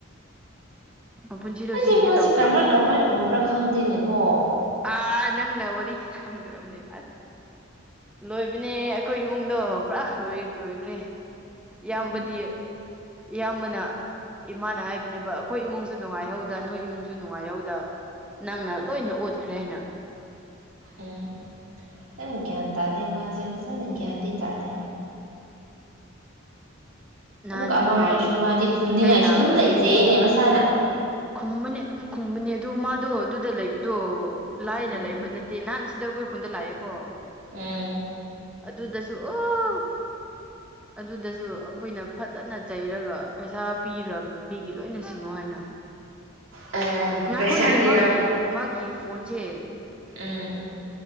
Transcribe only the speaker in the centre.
ꯃꯄꯨꯟꯁꯤꯗꯣ
ꯁꯤꯒꯦ
ꯇꯧꯈ꯭ꯔꯕꯅꯦ
ꯑꯗꯨ
ꯑꯥ ꯅꯪꯅ ꯋꯥꯔꯤ ꯈꯪꯗ꯭ꯔꯕꯅꯦ ꯑꯁ ꯂꯣꯏꯕꯅꯦ ꯑꯩꯈꯣꯏ ꯏꯃꯨꯡꯗꯣ ꯄꯨꯔꯥ ꯂꯣꯏꯈ꯭ꯔꯦ ꯌꯥꯝꯕꯗꯤ
ꯏꯌꯥꯝꯕꯅ ꯏꯃꯥꯅ ꯍꯥꯏꯕꯅꯦꯕ ꯑꯩꯈꯣꯏ ꯏꯃꯨꯡꯁꯨ ꯅꯨꯡꯉꯥꯏꯍꯧꯗ ꯅꯣꯏ ꯏꯃꯨꯡꯁꯨ ꯅꯨꯡꯉꯥꯏꯍꯧꯗ ꯅꯪꯅ ꯂꯣꯏꯅ ꯑꯣꯠꯈ꯭ꯔꯦ ꯍꯥꯏꯅ
ꯅꯍꯥꯟ
ꯑ
ꯏꯇꯩ ꯅꯥꯕꯁꯨ
ꯌꯦꯡꯉꯨꯅ
ꯈꯨꯝꯕꯅꯦ ꯑꯗꯨꯝ ꯈꯨꯝꯕꯅꯦ ꯑꯗꯨ ꯃꯥꯗꯣ ꯑꯗꯨꯗ ꯂꯩꯕꯗꯣ ꯂꯥꯏꯅ
ꯂꯩꯕ ꯅꯠꯇꯦ ꯅꯍꯥꯟ ꯁꯤꯗꯣꯏ ꯀꯨꯟ ꯂꯥꯏꯑꯑꯣ ꯑꯣ
ꯑꯗꯨꯗ ꯁꯨ ꯑꯣ ꯑꯗꯨꯗꯁꯨ ꯑꯩꯈꯣꯏꯅ ꯐꯖꯅ ꯆꯩꯔꯒ ꯄꯩꯁꯥ ꯄꯤꯈ꯭ꯔꯕꯅꯤ ꯃꯤꯒꯤ ꯂꯣꯏꯅ ꯁꯤꯡꯉꯣ ꯍꯥꯏꯅ
ꯉꯥꯏ
ꯑꯩꯈꯣꯏꯅꯤ ꯃꯥꯒꯤ ꯃꯥꯒꯤ ꯐꯣꯟꯁꯦ